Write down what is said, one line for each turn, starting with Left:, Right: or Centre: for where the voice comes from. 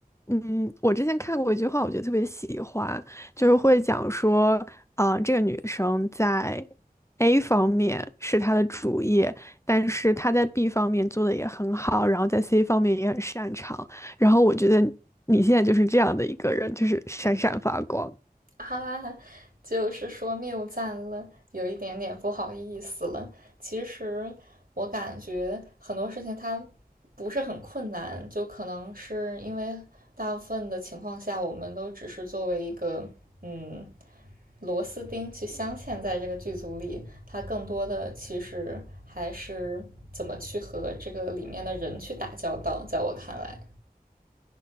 Left: 嗯，我之前看过一句话，我觉得特别喜欢，就是会讲说，啊、这个女生在 A 方面是她的主业，但是她在 B 方面做的也很好，然后在 C 方面也很擅长。然后我觉得你现在就是这样的一个人，就是闪闪发光。
Right: <laughs> 哈哈哈，就是说谬赞了，有一点点不好意思了。其实我感觉很多事情它不是很困难，就可能是因为大部分的情况下，我们都只是作为一个嗯螺丝钉去镶嵌在这个剧组里，它更多的其实还是怎么去和这个里面的人去打交道，在我看来。